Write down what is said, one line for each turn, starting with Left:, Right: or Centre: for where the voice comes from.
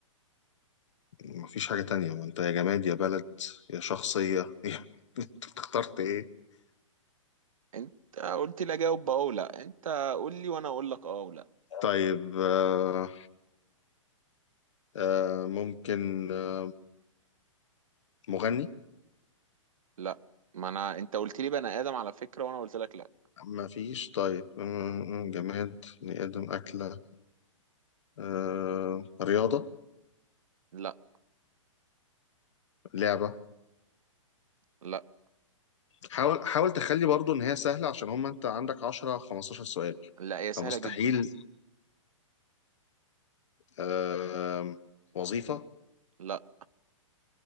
Left: مفيش حاجة تانية ما انت يا جماد يا بلد يا شخصية <laughs> انت اخترت ايه
Right: انت قلت لي اجاوب بقى او لا انت قول لي وانا اقول لك اه او لا
Left: طيب آه آه ممكن آه، مغني
Right: لا ما انا انت قلت لي بني ادم على فكره وانا قلت لك لا
Left: مفيش طيب آه، آه، جماد بني آدم أكلة آه رياضة
Right: لا
Left: لعبة
Right: لا
Left: حاول حاول تخلي برضو ان هي سهله عشان هم انت عندك 10 15 سؤال
Right: لا هي سهله
Left: فمستحيل
Right: جدا
Left: آم، وظيفه
Right: لا